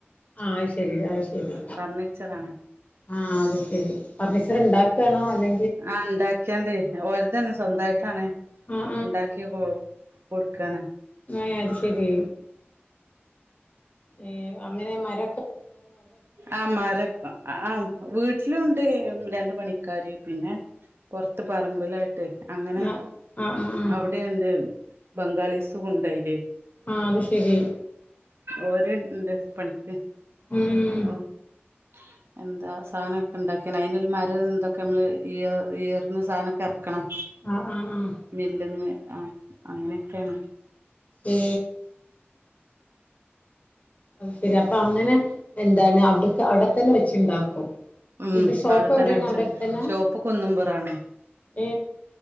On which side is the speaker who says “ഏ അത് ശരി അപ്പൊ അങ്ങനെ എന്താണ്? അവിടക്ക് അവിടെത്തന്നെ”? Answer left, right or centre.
Left